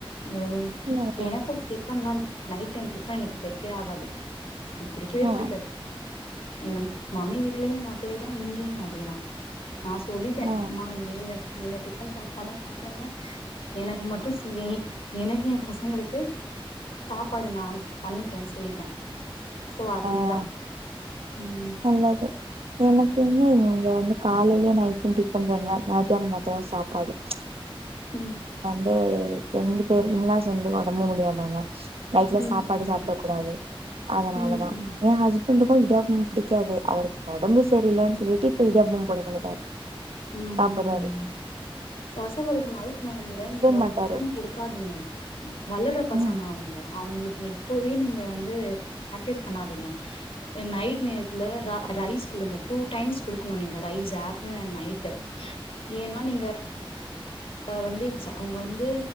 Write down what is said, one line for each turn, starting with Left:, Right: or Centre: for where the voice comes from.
Left: எனகு
Right: ம்
Left: எனக்கு டிபன்லா நைட் டைம் டிபன் எனக்கு செட்டே ஆகாது புடிக்கவே
Right: ம்
Left: புடிக்காது எங்க உம் மம்மி வீட்லயு அதேதா இங்கேயு அதேதா நா சொல்லிட்டே
Right: ஆ
Left: ம்மா நீங்க நீங்க டிஃபன் சாப்டாலும் சாப்டுங்க எனக்கு மட்டும் சுழி எனக்கு என் பசங்களுக்கு சாப்பாடு நான் பண்ணிடேனு சொல்லிட்டேன் சோ அதேதான்
Right: ஆ
Left: உம்
Right: நல்லது எனக்கு இங்க இங்க வந்து காலையிலயே நைட்டும் டிஃபன்னுங்க மத்தியானம் மட்டும் சாப்பாடு
Left: ஹ்ம்ம்
Right: ஆஹ் ரெண்டு பேரு இன்லாஸ்ம் வந்து ஒடம்பு முடியாதவங்க நைட்ல
Left: ம்
Right: சாப்பாடு
Left: ம்
Right: சாப்ட கூடாது அதனால
Left: ம்
Right: தா
Left: ம்
Right: ஏ ஹஸ்பண்டக்கும் இடியாப்போம் அவருக்கு ஒடம்பு தெரியிலனு
Left: ம்
Right: சொல்லீட்டு போயி பொண்ணுங்களுக்கும்
Left: ம்
Right: சாப்பர்றாரு
Left: ம் பசங்களுக்கு நைட் டைம்ல
Right: மாட்டாரு
Left: டிபன் கொடுக்காதிங்க வளர்ர பசங்க
Right: ம்
Left: அவங்களுக்கு நீ இப்பவே நீங்க வந்து பிராக்டிஸ் பண்ணாதீங்க நைட் நேரத்துல ரைஸ் கொடுங்க டூ டைம்ஸ் குடுக்கணும் நீ ரைஸ் ஆப்டர்ூன் அண்ட் நைட ஏன்னா நீங்க ஆ வந்து அவங்க வந்து